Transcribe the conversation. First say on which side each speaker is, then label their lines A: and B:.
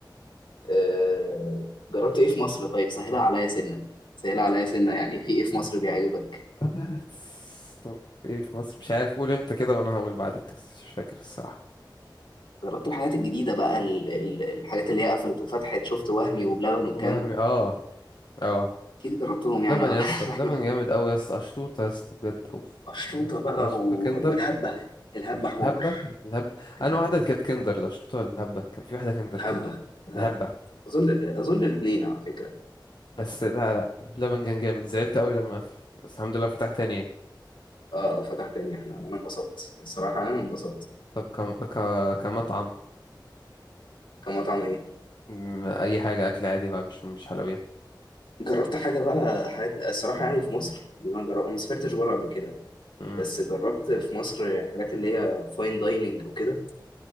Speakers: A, on the left (about 80°); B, on the left (about 65°).
A: آه، جربت ايه في مصر طيب سهلها عليا سنة سهلها عليا سنة يعني في ايه في مصر بيعجبك
B: <laughs> بس ايه في مصر مش عارف قول انت كده وانا هقول بعدك بس مش فاكر الصراحة
A: جربت الحاجات الجديدة بقى ال- ال- الحاجات اللي هي قفلت وفتحت شفت وهمي وبلبن والكلام
B: وهمي
A: ده
B: اه اه
A: اكيد جربتهم يعني
B: لبن يا اسطى
A: <laughs> احنا
B: لبن جامد قوي يا اسطى اشطوطه يا اسطى بجد اوف
A: قشطوطة
B: اشطوطه
A: بقى
B: أشطوطة
A: و...
B: كندر
A: والهبة الهبة حوار
B: الهبة الهبة
A: الهبة
B: أنا واحدة اللي كانت كندر لو شفتوها الهبة كان في واحدة كندر
A: الهبة
B: كده
A: الهبة
B: الهبة
A: اظن اظن الاثنين على فكرة
B: بس لا لا اللبن كان جامد زعلت أوي لما قفل بس الحمد لله فتح تاني يعني
A: اه آه، فتح تاني احنا انا انبسطت الصراحة انا انبسطت
B: طب كم... ك... كمطعم
A: كمطعم ايه
B: مم، أي حاجة أكل عادي بقى مش مش حلويات
A: جربت حاجة بقى حاجات الصراحة يعني في مصر اللي انا جربت انا ما سافرتش بره قبل كده
B: مم.
A: بس جربت في مصر حاجات اللي هي فاين دايننج وكده